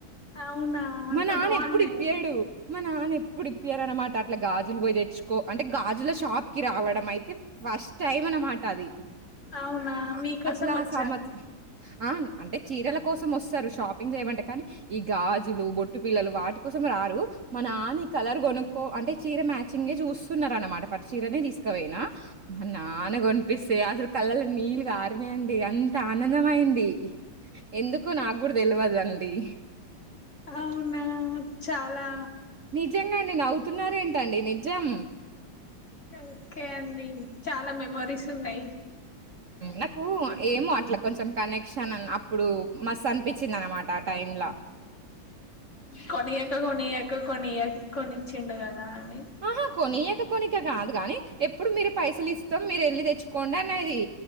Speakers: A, on the left; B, on the right.
A: అవునా అంత
B: మా నాన్న
A: బాగున్నాయి
B: ఎప్పుడు ఇప్పియడు మా నాన్న ఎప్పుడు ఇప్పియరన్నమాట అట్ల గాజుల్ గ్జులు పోయ్ దెచ్చుకో అంటే గాజుల షాప్ కి రావడం అయితే ఫస్ట్ టైం అన్నమాట అది
A: ఆ అవునా
B: అ
A: మీకోసం
B: అసలాసామచ్
A: వచ్చాను
B: అ అంటే చీరల కోసమోస్తరు షాపింగ్ జేయమంటే కానీ ఈ గాజులు బొట్టుబిళ్ళలు వాటి కోసం రారు మానాన్న ఈ కొను కో అంటే చీర మ్యాచింగే జూస్త్ తున్నరన్నమాట పట్టుచీరనే దీస్కపోయిన మా నాన్నగొన్పిస్తే అసలు కళ్ళల్లో నీళ్లు కారినై అండి అంత ఆనందమైంది ఎందుకో నాగూడ తెలువదండీ
A: అవునా చాలా
B: జంగండి నవ్వునారెంటండీ నిజం
A: ఓకే ఓకే అండి చాలా మెమోరీసున్నయి
B: నాకు ఏమో అట్ల కొంచెం కనెక్షన్ అన్ అప్పుడు మస్స్ అనిపించింది అనమాట ఆ టైం లా
A: కొనియక కోనియక కొనియక కొనిచ్చిండు గదఅండి
B: ఆహా కొనియక కొనికకాదు గానీ ఎప్పుడు మీరె పైసలు ఇస్తం మీరెళ్ళీ తెచ్చుకోండనేది